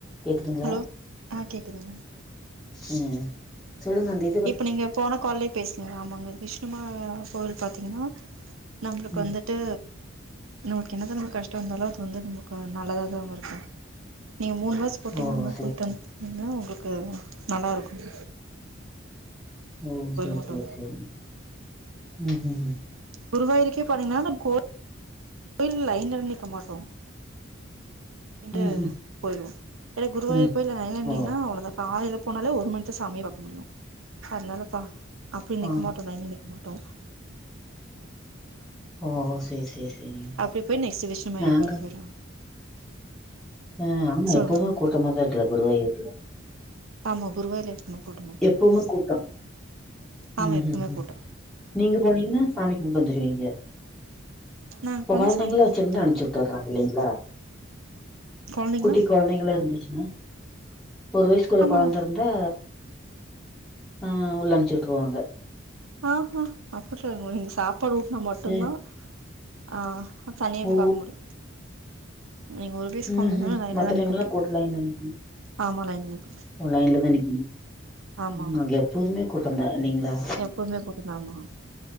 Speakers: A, in the centre; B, on the right.
A: கேக்குதுங்களா
B: ஹலோ ஆ கேக்குதுங்க
A: ம் சொல்லுங்க அந்தி
B: இப்ப நீங்க போன காலயு பேச ஆமாங்க விஷ்ணுமா கோவில் பா்த்தீங்கன்னா நம்மளுக்கு
A: ம்
B: வந்து ட்டு நமக்கு என்ன தா நமக்கு கஷ்டோ இருந்தாலு அது வந்து நமக்கு நல்லதா தா அவேங்க இருக்கு நீங்க மூணு வாஸ் போட்டீங்கன்னா
A: ஓ சேரி
B: பொயிட்டு
A: சேரி
B: வந்துன்னா உங்களுக்கு நல்லா இருக்கும்
A: ஓ செரி
B: மட்டு
A: செரி செரி ம் ஹும் ஹும்
B: குருவாயிருக்கே போனிங்னாலு நம்ம கோ கோயில் லைன்ல நிகாக மாட்டோ ட்டு
A: ம் ம்
B: போய்ருவோ ஏன்னா குருவாயூர்
A: ம்
B: போய் நீங்க லைன்னா நீங்கன்னா
A: ஓ
B: அவ்ளதா காலையிலப் போனாலே ஒரு மணித்து சாமிய பாக்க முடியு அதுனாலப்பா அப்டி நிக்க
A: ஆ
B: மாட்டோ லைன்ல நிக்க மாட்டோ
A: ஓ சேரி சேரிங்க சேரி
B: அப்டி போய்ட் நெக்ஸ்ட் விஷமாயர்
A: நாங்க
B: கோயிலுக்கு போய்ருவோ
A: ஆ ஆ ஆமா
B: சொல்லுங்க
A: எப்போதுமே கூட்டமா தா இருக்குதா குருவாயூரு
B: ஆமா குருவாயூர்ல எப்பமே கூட்டோ
A: எப்பவுமே கூட்டோ
B: ஆமா
A: ம்
B: எப்பவுமே
A: ஹும் ஹும்
B: கூட்டோ
A: நீங்க போனீங்கன்னா சாமி கும்ட்டு வந்துருவீங்க
B: நாங்க
A: இப்ப
B: போனா
A: கொழந்தைங்கல
B: சாமி கும்பிட்டு
A: வச்சுருந்தா
B: வந்தோ
A: அனுப்ச்சு விட் ட்டுர்றாங்க இல்லைங்ளா
B: கொழந்தைங்களா
A: குட்டி கொழந்தைங்கள இருந்துச்சுன்னா ஒரு வயசுக்குள்ள
B: ஆமாங்க
A: கொழந்த இருந்தா ஆ உள்ள அனுப்ச்சு விட்ருவாங்க
B: ஆ ஹா அப்டி சொல்ல முடியாது நீங்க சாப்பாடு ஊட்டுனா மட்டுந்தா
A: ம்
B: ஆ தனியா போய்
A: ஓ
B: பாக்க முடியு நீங்க ஒரு பீஸ்
A: ம்
B: கொண்டு வந்தாலு
A: ஹும்
B: லைன்ல
A: மத்த
B: தா
A: டைம்லெல்லா
B: நிண்டு போய்
A: கூட்
B: கும்பிடனு
A: லைன்ல நிக்கு
B: ஆமா லைன்ல நிக்கனு
A: ஓ லைன்ல தா நிக்கணும்
B: ஆமாங்க
A: அங்க எப்போதுமே கூட்டந்தா இல்லீங்ளா
B: எப்பவுமே கூட்டந்தாமா